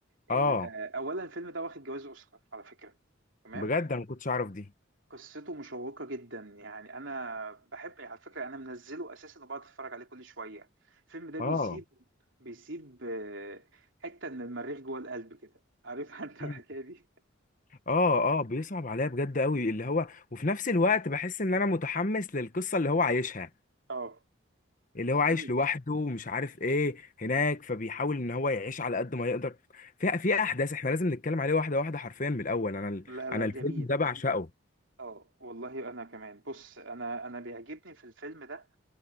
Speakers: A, on the right; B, on the left.
A: ال-
B: اه
A: آه، اولا الفيلم ده واخد جوائز اوسكار على فكرة تمام
B: بجد انا ما كنتش اعرف دي
A: قصته مشوقة جدا يعني انا بحب على فكرة انا منزله اساسا وبقعد اتفرج عليه كل شوية الفيلم ده
B: اه
A: بيسيب بيسيب آه، حتة من المريخ جوه القلب كده عارف <laughs> انت
B: مم.
A: الحكاية دي
B: اه اه بيصعب عليا بجد قوي اللي هو وفي نفس الوقت بحس ان انا متحمس للقصه اللي هو عايشها
A: اه
B: اللي هو
A: جميل
B: عايش لوحده ومش عارف ايه هناك فبيحاول ان هو يعيش على قد ما يقدر في في احداث احنا لازم نتكلم عليه واحده واحده حرفيا من الاول انا ال-
A: لا لا
B: انا الفيلم
A: جميل
B: ده بعشقه
A: اه والله انا كمان بص انا انا بيعجبني في الفيلم ده